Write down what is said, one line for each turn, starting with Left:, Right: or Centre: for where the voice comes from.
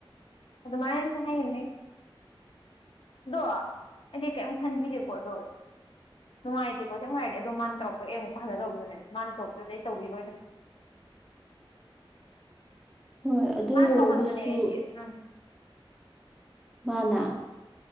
Left: ꯑꯗ ꯃꯥꯅꯅ ꯁꯍꯥꯏꯅꯤꯗꯣ ꯑ ꯀꯩꯝ ꯈꯟꯕꯤꯗꯨꯀꯣꯗꯣ ꯅꯨꯡꯉꯥꯏꯇꯦ ꯄꯣꯁꯦ ꯉꯥꯏꯔꯗꯤ ꯑꯗꯣ ꯃꯥꯅ ꯇꯧꯔꯛꯄꯩ ꯑꯩ ꯑꯃꯨꯛ ꯍꯜꯂꯗꯧꯕꯗꯨꯅꯦ ꯃꯥꯅ ꯇꯧꯄꯗ ꯑꯩ ꯇꯧꯕꯤꯔꯣꯏꯗꯣ <unintelligible> <unintelligible>
Centre: ꯍꯣꯏ ꯑꯗꯨ ꯑꯣꯏꯔꯒꯁꯨ
Left: ꯁꯥꯎꯍꯟꯕꯅꯦ ꯑꯩꯗꯤ ꯑꯗꯨꯅ
Centre: ꯃꯥꯅꯥ